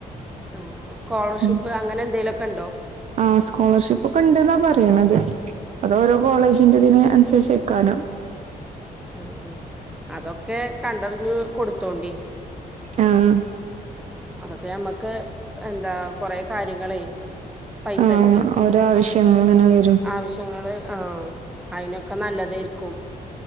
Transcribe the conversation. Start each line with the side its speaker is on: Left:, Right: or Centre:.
Centre: ആഹ് സ്കോ ളർഷിപ്
Right: ഉം
Centre: അങ്ങനെന്തെലൊക്കെണ്
Right: ആഹ് സ്കോളർഷിപ്പ് ഒക്കെ ഇണ്ട്ന്നാ പറയ്ണത് അത് ഓരോ കോളേജിന്റെ ഇതിന് അർസർച്ചയ്ക്കാരം
Centre: ആഹ് അഹ് അതൊക്കെ കണ്ടർഞ്ഞ് കൊട്ത്തോണ്ടി
Right: ആഹ് ആഹ്
Centre: അതൊക്കെ നമ്മക്ക് എന്താ കൊറെ കാര്യങ്ങളേ പൈസക്ക്
Right: ആഹ് ഓരോ ആവശ്യങ്ങൾ ഇങ്ങനെ വരും
Centre: ആവശ്യ ഞങ്ങള് ആഹ് അയ്നൊക്കെ നല്ലതായിർക്കും.